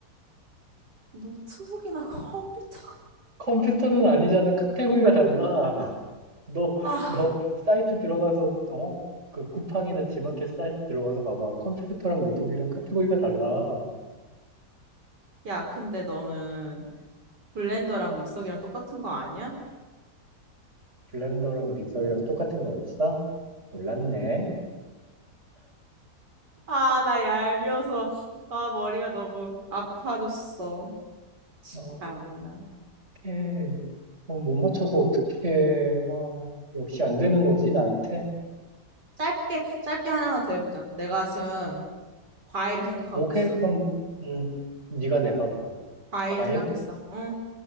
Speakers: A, on the right; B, on the right.
A: 노트북이나 <laughs> 컴퓨터.
B: 컴퓨터는 아니잖아. 카테고리가 달라. <laughs> 너,
A: 아,
B: 너 사이트 들어가서, 어? 그 쿠팡이나 지마켓 사이트 들어가서 봐봐. 컴퓨터랑 노트북이랑 카테고리가 달라.
A: 야, 근데 너는 블렌더랑 믹서기랑 똑같은 거 아니야?
B: 블렌더랑 믹서기랑 똑같은 거였어? 몰랐네.
A: 아, 나 얄미워서, 아, 머리가 너무 아파졌어.
B: 어,
A: 참나.
B: 예, 어, 못 맞춰서 어떻게, 어, 역시 안 되는 거지, 나한테?
A: 짧게, 짧게 하나만 더 해보자. 내가 지금 과일을 생각하고
B: 오케이,
A: 있어.
B: 그럼, 음, 네가 내봐, 그러면.
A: 과일을
B: 과일?
A: 생각했어. 응?